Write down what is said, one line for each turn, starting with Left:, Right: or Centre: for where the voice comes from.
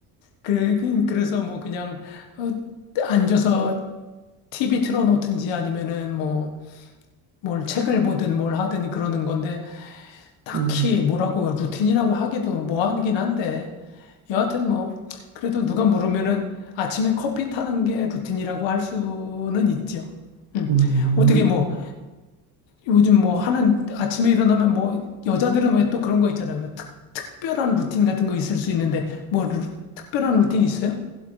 Left: 그 그래서 뭐 그냥 어, 앉아서 TV 틀어놓든지 아니면은 뭐 뭘 책을 보든 뭘 하든 그러는 건데 딱히
Right: 음, 음,
Left: 뭐라고 루틴이라고 하기도 뭐 하긴 한데 여하튼 뭐 그래도 누가 물으면은 아침에 커피 타는 게 루틴이라고 할 수는 있죠. 음.
Right: 음.
Left: 어떻게 뭐 요즘 뭐 하는 아침에 일어나면 뭐 여자들은 왜 또 그런 거 있잖아요. 왜 특, 특별한 루틴 같은 거 있을 수 있는데 뭐 루- 특별한 루틴 있어요?